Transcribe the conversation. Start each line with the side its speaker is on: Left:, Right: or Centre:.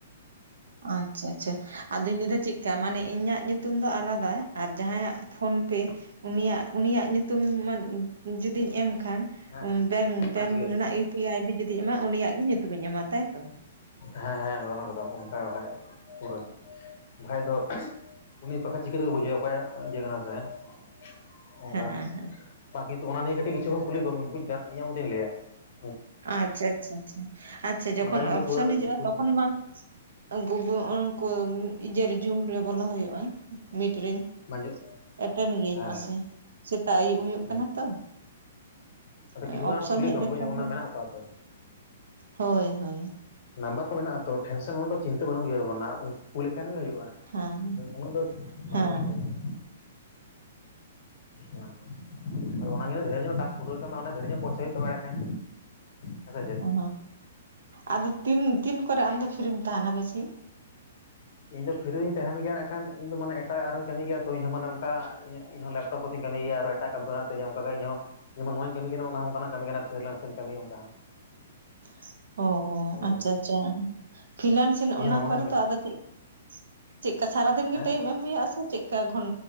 Right: ᱟᱪᱪᱷᱟ ᱟᱪᱪᱷᱟ ᱟᱫᱚᱧ ᱞᱟᱹᱭᱫᱟ ᱪᱮᱫᱠᱟ ᱢᱟᱱᱮ ᱤᱧᱟᱹᱜ ᱧᱩᱛᱩᱢ ᱫᱚ ᱟᱞᱟᱫᱟ ᱟᱨ ᱡᱟᱦᱟᱸᱭᱟᱜ ᱯᱷᱳᱱ
Left: ᱦᱮᱸ
Right: ᱯᱮᱼᱼ ᱩᱱᱤᱭᱟᱜ, ᱩᱱᱤᱭᱟᱜ <unintelligible> ᱧᱩᱛᱩᱢ ᱡᱩᱫᱤᱧ ᱮᱢ ᱠᱷᱟᱱᱼᱼ
Left: ᱦᱮᱸ ᱦᱮᱸ
Right: ᱵᱮᱝ ᱵᱮᱝ
Left: ᱯᱟᱸᱪ ᱜᱮ
Right: ᱨᱮᱱᱟᱜ ᱤᱭᱩ ᱯᱤ ᱟᱭ ᱟᱭᱰᱤ ᱡᱩᱫᱤ ᱮᱢᱟᱭ ᱩᱱᱤᱭᱟᱜ ᱜᱮ ᱧᱩᱛᱩᱢᱤᱧ ᱮᱢᱟ ᱛᱟᱭᱛᱚ ᱾
Left: ᱦᱮᱸ ᱦᱮᱸ ᱮᱠᱫᱚᱢ ᱮᱠᱫᱚᱢ ᱚᱝᱠᱟ ᱚᱞ ᱦᱳᱭᱩᱜᱼᱟ ᱯᱩᱨᱟᱹ ᱾ ᱵᱟᱠᱷᱟᱡ ᱫᱚ <unintelligible> ᱩᱱᱤ ᱵᱟᱠᱷᱟᱡ ᱪᱤᱠᱟᱹ ᱛᱮᱠᱚ ᱵᱩᱡᱮᱭᱟ ᱚᱠᱚᱭᱟᱜ ᱤᱭᱟᱹ ᱠᱟᱱᱟ ᱦᱮᱸ ᱥᱮ ᱾ <unintelligible> ᱚᱱᱠᱟ
Right: ᱦᱮᱸ ᱦᱮᱸ
Left: ᱛᱟ ᱠᱤᱱᱛᱩ ᱚᱱᱟ ᱱᱤᱭᱮ ᱠᱟᱹᱴᱤᱡ ᱠᱤᱪᱷᱩᱢ ᱠᱩᱞᱤ ᱠᱚᱢ ᱵᱩᱡᱽ ᱫᱟᱢ ᱤᱧᱟᱹᱜ ᱢᱚᱛᱤᱧ ᱞᱟᱹᱭᱟ ᱾
Right: ᱟᱪᱪᱷᱟ ᱟᱪᱪᱷᱟ ᱟᱪᱪᱷᱟ, ᱡᱚᱠᱷᱚᱱ
Left: ᱵᱟᱠᱷᱟᱡ ᱤᱧ ᱫᱚ
Right: ᱚᱯᱥᱮᱱ
Left: ᱯᱩᱨᱟᱹ
Right: ᱦᱤᱡᱩᱜᱼᱟ
Left: ᱯᱷᱩᱞ
Right: ᱛᱚᱠᱷᱚᱱ
Left: ᱦᱮᱸ
Right: ᱢᱟᱼᱼ ᱜᱩ ᱜᱩ ᱩᱱᱠᱩ ᱤᱡᱮᱨ ᱡᱩᱢ ᱨᱮ ᱵᱚᱞᱚ ᱦᱩᱭᱩᱜᱼᱟ ᱢᱤᱴ ᱨᱤᱧᱼᱼ
Left: ᱵᱟᱝᱡᱚᱜ
Right: ᱮᱴᱮᱱ ᱜᱤᱭᱟᱹᱧ
Left: ᱦᱮᱸ
Right: ᱢᱟᱥᱮ, ᱥᱮᱛᱟᱜ ᱟᱹᱭᱩᱵ ᱦᱩᱭᱩᱜ
Left: ᱦᱮᱸ
Right: ᱠᱟᱱᱟ ᱛᱚ ᱾
Left: ᱟᱫᱚ ᱠᱤᱪᱷᱩ
Right: ᱮ ᱚᱯᱥᱮᱱ
Left: ᱜᱟᱱ ᱠᱩᱞᱤ
Right: ᱦᱮᱡ
Left: ᱠᱚᱢ
Right: ᱞᱮᱱᱠᱷᱟᱱ
Left: ᱵᱩᱡ ᱚᱱᱟ
Right: ᱫᱚ,
Left: ᱢᱮᱱᱟᱜ ᱠᱚᱣᱟ ᱛᱚ
Right: ᱦᱳᱭ ᱦᱳᱭ ᱾
Left: ᱱᱟᱢᱵᱟᱨ ᱠᱚ ᱢᱮᱱᱟᱜᱼᱟ ᱛᱚ ᱴᱷᱮᱱᱥᱮᱱ ᱚᱱᱟ ᱫᱚ ᱪᱤᱱᱛᱟᱹ ᱵᱟᱹᱱᱩᱜ ᱩᱭᱦᱟᱹᱨ ᱵᱟᱱᱟᱜ ᱩᱱᱠᱩ ᱠᱩᱞ ᱞᱮᱠᱷᱟᱱ ᱜᱮ ᱦᱩᱭᱩᱜᱼᱟ
Right: ᱦᱮᱸ
Left: ᱾ <unintelligible> ᱩᱱᱟᱹᱜ ᱫᱚ ᱵᱟᱝ
Right: ᱦᱮᱸ
Left: ᱜᱮᱭᱟ ᱾ ᱦᱩᱸ ᱵᱟᱸᱧ <unintelligible> ᱟᱫᱚ ᱚᱱᱟᱜᱤᱧ ᱞᱟ. ᱭ ᱫᱟ ᱰᱷᱮᱨ ᱧᱚᱜ ᱴᱟᱥᱠ ᱯᱩᱨᱟᱹᱣ ᱠᱟᱜ ᱢᱮ ᱚᱸᱰᱮ ᱰᱷᱮᱨ ᱧᱚᱜ ᱯᱚᱭᱥᱟ ᱦᱩᱭᱩᱜ ᱛᱟᱢᱟ ᱮᱸᱰᱮᱠᱷᱟᱱ ᱦᱮᱸ ᱥᱮ ᱪᱮᱫ ᱾
Right: ᱚ, ᱟᱫᱚ ᱛᱤᱱ ᱛᱤᱱ ᱠᱚᱨᱮ ᱟᱢ ᱫᱚ ᱯᱷᱤᱨᱤᱢ ᱛᱟᱸᱦᱮᱱᱟ ᱵᱮᱥᱤ?
Left: ᱤᱧ ᱫᱚ ᱯᱷᱤᱨᱤᱧ ᱛᱟᱸᱦᱮᱱ ᱜᱮᱭᱟ ᱮᱱᱠᱷᱟᱱ ᱤᱧ ᱫᱚ ᱢᱟᱱᱮ ᱮᱴᱟᱜ ᱟᱨᱚᱧ ᱠᱟᱹᱢᱤ ᱜᱮᱭᱟ ᱛᱚ ᱤᱧᱦᱚᱸ ᱢᱟᱱᱮ ᱱᱚᱝᱠᱟ ᱤᱧᱦᱚᱸ ᱞᱮᱯᱴᱚᱯ ᱠᱚᱛᱤᱧ ᱠᱟᱹᱢᱤ ᱜᱮᱭᱟ ᱟᱨ ᱾ ᱮᱴᱟᱜ ᱠᱟᱹᱢᱤ ᱫᱚ ᱛᱮᱦᱮᱧ ᱛᱤᱧ ᱚᱝᱠᱟ ᱜᱮ ᱤᱧᱦᱚᱸ, ᱡᱮᱢᱚᱱ ᱱᱚᱣᱟᱧ ᱠᱟᱹᱢᱤ ᱠᱟᱱᱟ ᱚᱱᱟ ᱦᱚᱸ ᱚᱱᱠᱟᱱᱟᱜ ᱠᱟᱹᱢᱤ ᱠᱟᱱᱟ ᱯᱷᱨᱤᱞᱮᱱᱥ ᱨᱮᱧ ᱠᱟᱹᱢᱤ ᱚᱝᱠᱟ ᱦᱚᱸ ᱾
Right: <inaudible> ᱚ ᱦᱚ ᱟᱪᱪᱷᱟ
Left: ᱠᱟᱱᱟ
Right: ᱟᱪᱪᱷᱟ, ᱯᱷᱤᱱᱮᱞᱥᱤᱞ
Left: ᱤᱧᱟᱹᱜ
Right: ᱚᱱᱟ
Left: ᱱᱚᱝᱠᱟᱱᱟᱜ
Right: ᱠᱚᱨᱮ
Left: ᱠᱟᱹᱢᱤ
Right: ᱫᱚ ᱟᱫᱚ ᱪᱮᱫᱼᱼ ᱪᱮᱫᱠᱟ ᱥᱟᱨᱟᱫᱤᱱ ᱜᱮ
Left: ᱦᱮᱸ
Right: ᱴᱟᱭᱤᱢ ᱮᱢ ᱦᱩᱭᱩᱜᱼᱟ ᱥᱮ ᱪᱮᱫᱠᱟ ᱜᱷᱚᱱ